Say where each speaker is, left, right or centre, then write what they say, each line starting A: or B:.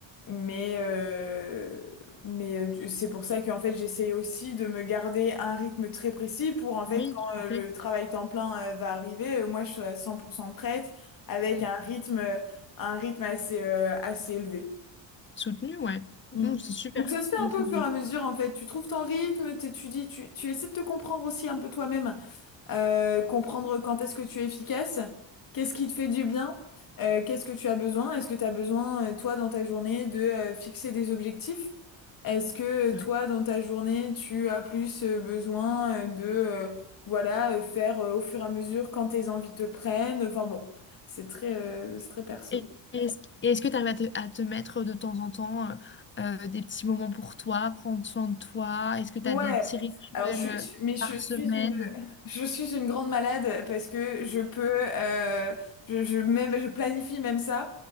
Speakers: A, on the left; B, on the left.
A: mais, euh, mais euh, du- c'est pour ça qu'en fait j'essaye aussi de me garder un rythme très précis pour en fait
B: Oui,
A: quand
B: tout
A: euh,
B: à
A: le
B: fait.
A: travail temps plein euh, va arriver, euh, moi je suis à 100% prête avec
B: Mhm.
A: un rythme, un rythme assez, euh, assez élevé.
B: Soutenu, ouais. Mhm,
A: Mm.
B: c'est super.
A: Donc ça se fait un
B: Mhm,
A: peu
B: c'est
A: au fur et à mesure en fait, tu trouves ton rythme, t'étudies, tu, tu essaies de te comprendre aussi un peu toi-même euh, comprendre quand est-ce que tu es efficace, qu'est-ce qui te fait du bien, euh, qu'est-ce que tu as besoin, est-ce que tu as besoin, euh, toi, dans ta journée, de euh, fixer des objectifs? Est-ce que euh,
B: génial.
A: toi, dans ta journée, tu as plus euh, besoin euh, de, euh, voilà, euh, faire euh, au fur et à mesure quand tes envies te prennent? Enfin bon, c'est très, euh, c'est très perso.
B: Et Est-ce, et est-ce que tu arrives à te, à te mettre de temps en temps euh, euh, des petits moments pour toi, prendre soin de toi? Est-ce que tu
A: Ouais,
B: as des petits rituels
A: alors je suis,
B: euh,
A: je- mais je
B: par
A: suis
B: semaine?
A: une, <laughs> je suis une grande malade parce que je peux, euh, je, je même, je planifie même ça.